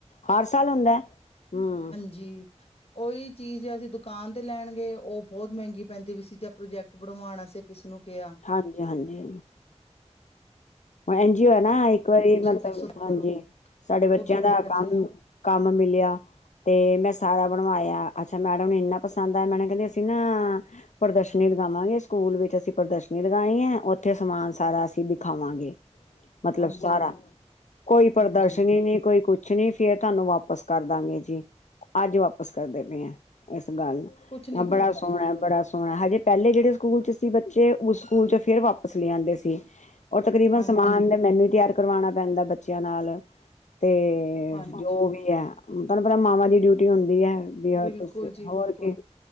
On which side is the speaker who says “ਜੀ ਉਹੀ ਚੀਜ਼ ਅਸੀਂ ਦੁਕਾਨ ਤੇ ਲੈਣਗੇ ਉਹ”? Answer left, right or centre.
Left